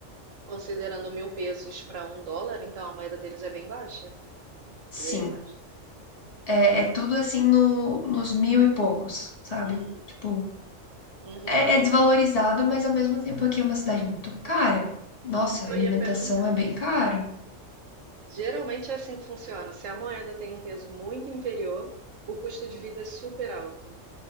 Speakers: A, on the right; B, on the left.
A: considerando mil pesos para um dólar, então a moeda deles é bem baixa.
B: Sim.
A: Bem baixa.
B: É, é tudo assim no, nos mil e poucos, sabe?
A: Hum,
B: Tipo,
A: uhum.
B: é, é desvalorizado, mas ao mesmo tempo aqui é uma cidade muito cara. Nossa,
A: Isso que
B: a alimentação
A: eu ia perguntar.
B: é bem caro.
A: Geralmente é assim que funciona. Se a moeda tem um peso muito inferior, o custo de vida é super alto.